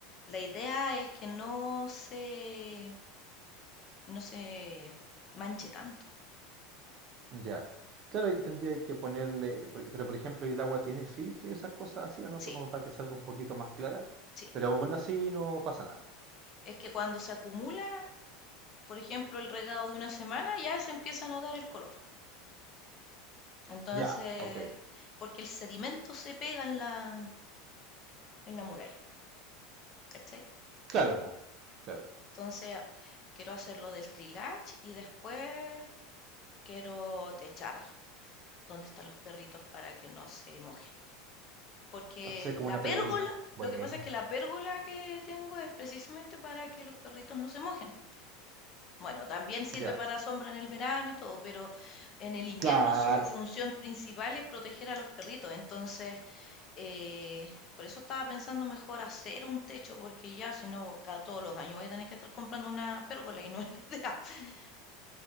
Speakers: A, on the left (about 30°); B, on the right (about 35°).
A: la idea es que no se, no se manche tanto.
B: Ya. Claro, ahí tendría que ponerle, por- pero por ejemplo, el agua tiene filtro y esas cosas así o no?
A: Sí.
B: Como para que salga un poquito más clara.
A: Sí,
B: Pero aún así no pasa nada.
A: es que cuando se acumula, por ejemplo, el regado de una semana, ya se empieza a notar el color. Entonces,
B: Ya, ok.
A: porque el sedimento se pega en la, en la muralla, ¿cachai?
B: Claro, po, claro.
A: Entonces, quiero hacer lo del trilage y después quiero techar donde están los perritos para que no se mojen. Porque
B: Hacer como
A: la
B: una
A: pérgola,
B: pergolita. Bueno,
A: lo que pasa es que la pérgola que tengo es precisamente para que los perritos no se mojen. Bueno, también sirve
B: Ya.
A: para sombra en el verano y todo, pero en el invierno
B: claro.
A: su función principal es proteger a los perritos. Entonces, eh, por eso estaba pensando mejor hacer un techo, porque ya si no, cada todos los años voy a tener que estar comprando una pérgola y no es la idea. <laughs>